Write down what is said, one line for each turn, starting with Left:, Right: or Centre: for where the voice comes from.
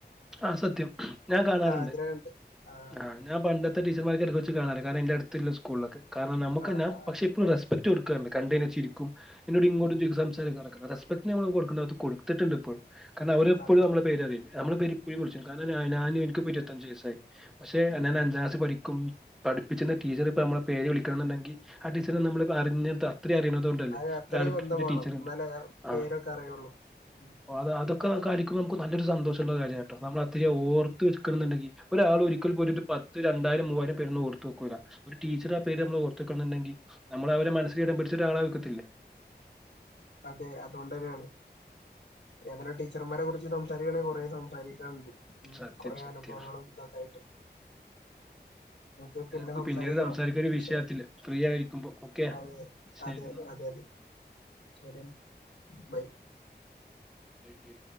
Centre: ആ സത്യം ഞാൻ കാണാറുണ്ട്
Left: ആഗ്രഹമുണ്ട് ആഹ്
Centre: ആ ഞാൻ പണ്ടത്തെ ടീച്ചർമാർക്ക ഇടക്ക വച്ച് കാണാറ് കാരണം എൻറെ അടുത്തല്ല സ്കൂളിലൊക്കെ കാരണം നമു
Left: ആഹ്
Centre: ാ
Left: ആഹ്
Centre: പക്ഷെ ഇപ്പോും റെസ്പെക് കൊടുക്കറണ്ട് കണ്ടേെിരിക്കും ക്കും എന്നോട് ഇങ്ങോും
Left: ഉം
Centre: സംസാരിക്കറ സ്പക്ട് നമ്മ കൊടുക്കണ്ട അത് കൊടുാം തെറ്റി <unintelligible> ന്റെിപ്പോൾ കാരണം അവരെപ്പോഴും
Left: അതെ
Centre: നമ്മള പേര്റിയ നമ്മള ാര <unintelligible> ഞാനും എനിക്ക് ഇരുപത്തഞ്ചു വയസ്സായി പക്ഷെ അഞാൻ
Left: ഉം
Centre: അഞ്ാം ക്ലാസ് പിക്കും പഠപ്പിച്ച്ന്ന ടീച്ചർ ഇപ്പ നമ്മളെ പേര് വിളി ക്കന്നിണ്ടെങ്കിൽ ആ ടീച്ചറ് നമ്മളിപ്പെ അറിഞ്ഞ് ത ത്രി അറീണതോണ്ടല്ലേ
Left: അത് അത്രയും
Centre: ഒരറബിക്കിന്റെ
Left: ബന്ധം വേണം
Centre: ടീച്ചറുണ്ട്
Left: എന്നാലേ
Centre: ആ
Left: പേരൊക്കെ അറിയുള്ളൂ ഉം
Centre: അ അതൊക്കെ കാണിക്കുമ്പൊ നമുക്ക് നല്ലൊരു സന്തോഷള്ള കാര്യാ നമ്മളത്രി
Left: ഉം
Centre: ഓർത്ത് വെക്കണന്നിണ്ടെങ്കി ഒരാൾ ഒരിക്കൽ പോയിട്ട് പ ത്ത് രണ്ടായിരം മൂവായിരം പേരൊന്നും ഓർത്ത് വെക്കൂല ഒരു ടീച്ചർ ആ പേര് നമ്മള് ഓർത്ത്ക്കണണ്ടെങ്കിൽ നമ്മള അവരെ മനസ്സിൽ ഇടം പിടിച്ച ഒരാള വക്കത്തില്ലേ
Left: അതെ അതോണ്ടെന്നേണ് ഏതായലും ടീച്ചർമാരെ കുറിച്ച് സംസാരിക്കാണെ കൊറേ സംസാരിക്കാണ്ട് ഉ
Centre: സത്യം,
Left: കൊറേ
Centre: സത്യം.
Left: അനുഭവങ്ങളും ഇതൊക്കായിട്ട് നമക്ക് പിന്നെ
Centre: ഇത് നമുക്ക്
Left: സംസാരിക്കാ
Centre: പിന്നീട് സംസാരിക്ക ഒരു
Left: വിശദായിട്ട്
Centre: വിഷയത്തില് ഫ്രീ ആയിരിക്കുമ്പോ. ഓക്കെ.
Left: അ
Centre: ശരി
Left: അതെ
Centre: എന്നാ.
Left: അതെ അതെ ശരിയെന്ന ബൈ
Centre: ശ